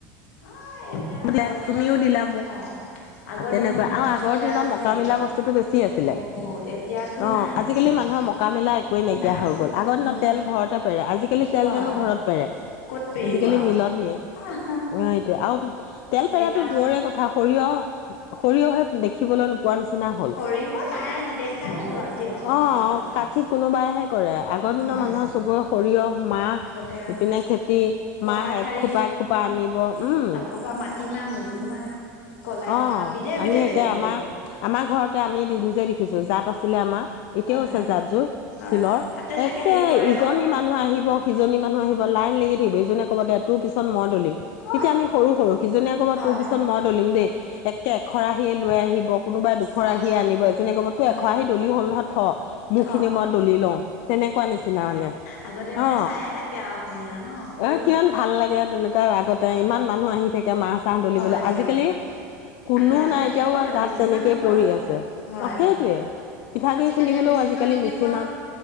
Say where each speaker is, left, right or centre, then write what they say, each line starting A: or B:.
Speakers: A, on the left (about 85°); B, on the left (about 65°).
A: অ' এতিয়া আৰু
B: দিয়া
A: আগৰ দিনতটো,
B: তুমিও দিলা মোক
A: হয়। আগৰ
B: তেনেকুৱা
A: দিনত
B: আৰু
A: কথা
B: আগৰ
A: কলে
B: দিনত
A: আৰু
B: মকা
A: ঢেৰ।
B: মিলা বস্তুটো বেছি আছিলে
A: বহুত এতিয়াতো
B: অ'
A: নাই
B: আজিকালি
A: আৰু তেনেকুৱা
B: মানুহৰ মকা মিলা একোৱেই নাইকিয়া
A: নাই
B: হৈ গ'ল। আগৰ দিনত
A: মোক
B: তেল ঘৰতে পেৰে, আজিকালি তেল
A: হয়
B: যেন ঘৰত পেৰে।
A: ক'ত পেৰিব
B: আজিকালি
A: আৰু
B: মিলত নিয়ে।
A: আহ
B: অ' এইটোয়ে আৰু তেলপেৰাতো
A: কেইটামানে
B: দূৰৰে কথা। সৰিয়হ, সৰিয়হে দেখিবলৈ নোপোৱা নিচিনা হ'ল।
A: সৰিয়হ নাই নেদেখাই হ'লো আৰু দিয়ক
B: অ'
A: ওচৰে পাজৰে
B: কাতচিৎ কোনোবাইহে কৰে। আগৰ দিনৰ
A: হয়
B: মানুহৰ চবৰে সৰিয়হ মাহ,
A: আগতে আৰু
B: ইপিনে খেতি
A: পতা
B: মাহ এক
A: ঠাৰি
B: খোপা, এক খোপা আনিব।
A: ই
B: উম।
A: নকবা মাটিমাহ, মগুমাহ কলাই
B: অ'
A: মাহ বিধে
B: আমি
A: বিধে
B: এতিয়া
A: দেখো
B: আমাৰ, আমাৰ ঘৰতে আমি নিজে দেখিছো। জাত আছিলে আমাৰ। এতিয়াও
A: হয়
B: আছে জাতযোৰ
A: হয়
B: শিলৰ।
A: তাতে চাগে
B: একে
A: হেৰি কৰে
B: ইজনী
A: ন
B: মানুহ আহিব, সিজনী মানুহ আহিব লাইন লাগি থাকিব। ইজনীয়ে ক'ব, দে তোৰ পিছত মই দলিম।
A: অ
B: তেতিয়া আমি সৰু সৰু। সিজনীয়ে ক'ব,
A: হয়
B: তোৰ পিছত মই দলিম দেই। একে এখৰাহিয়ে লৈ আহিব। কোনোবাই দুখৰাহিয়ে
A: হয়
B: আনিব। এজনীয়ে ক'ব, তোৰ
A: হয়
B: এখৰাহি দলি হ'ল নহ থ, মোৰ
A: থ
B: খিনি মই দলি লওঁ। তেনেকুৱা নিচিনা মানে।
A: আগতে মানে
B: অ'।
A: চায়ে থাকে আৰু আপুনি আৰু ন সৰুৱা
B: অ' কিমান ভাল লাগে তেনেকুৱা আগতে। ইমান মানুহ আহি থাকে। এতিয়া মাহ চাহ দলিবলৈ।
A: হয় দিয়ক
B: আজিকালি কোনো
A: আগ আজিকালি
B: নাই এতিয়া, সৌৱা
A: ক'ত
B: জাত
A: মেচিনত
B: তেনেকেই
A: দিব
B: পৰি আছে।
A: হয়
B: অ' সেইটোয়ে।
A: হয়
B: পিঠাগুড়ি
A: আজিকালি
B: খুন্দিবলৈও
A: মেচিনত
B: আজিকালি
A: দি
B: মেচিনত
A: দিব